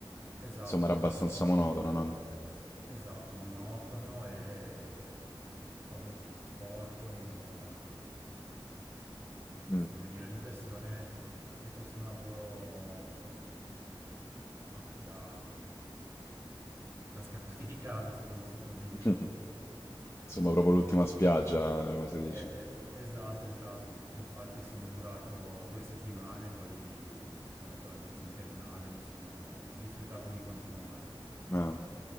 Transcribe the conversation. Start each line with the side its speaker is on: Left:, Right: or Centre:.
Right: Esatto,
Left: insomma, era
Right: esatto,
Left: abbastanza monotono, no?
Right: esatto, monotono e mm, proprio sporco, non dava, mm, non
Left: Mm.
Right: so come dire, l'impressione che fosse un lavoro ah, da, da scappati di casa, se così si può dire.
Left: <laughs> Insomma, proprio l'ultima
Right: E
Left: spiaggia, come si dice.
Right: Eh, eh, esatto, esatto. Infatti sono durato due settimane, poi ero con l'agenzia interinale, mi sono rifiutato di continuare.
Left: Ah.